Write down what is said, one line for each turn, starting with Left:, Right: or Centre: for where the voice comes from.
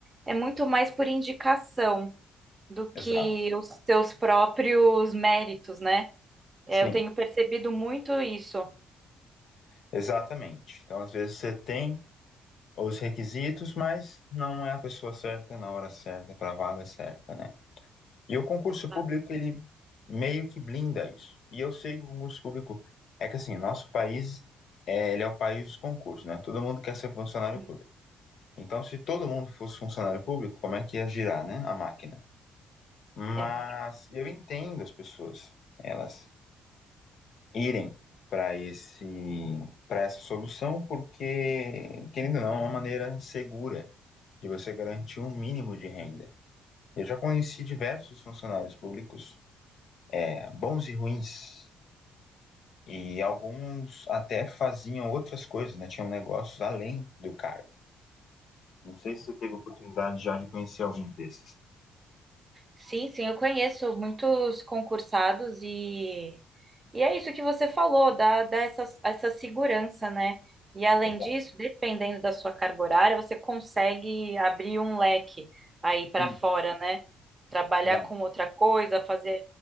Right: é muito mais por indicação do que
Left: Exato.
Right: os seus próprios méritos, né? É,
Left: Sim,
Right: eu tenho percebido muito isso.
Left: exatamente. Então, às vezes você tem os requisitos, mas não é a pessoa certa na hora certa para a vaga certa, né? E o concurso público,
Right: Ah,
Left: ele meio que blinda isso. E eu sei que o concurso público é que assim, nosso país é, ele é o país dos concursos, né? Todo mundo quer ser funcionário
Right: sim.
Left: público. Então, se todo mundo fosse funcionário público, como é que ia girar, né, a máquina? Mas
Right: É.
Left: eu entendo as pessoas, elas irem para esse para essa solução, porque, querendo ou não, é uma maneira segura de você garantir um mínimo de renda. Eu já conheci diversos funcionários públicos, é, bons e ruins, e alguns até faziam outras coisas, né? Tinham negócios além do cargo. Não sei se você teve oportunidade já de conhecer algum desses.
Right: Sim, sim, eu conheço muitos concursados e, e é isso que você falou, dá, dá essa, essa segurança, né? E além
Left: Exato.
Right: disso, dependendo da sua carga horária, você consegue abrir um leque aí para
Left: Sim,
Right: fora, né? Trabalhar
Left: exato.
Right: com outra coisa, fazer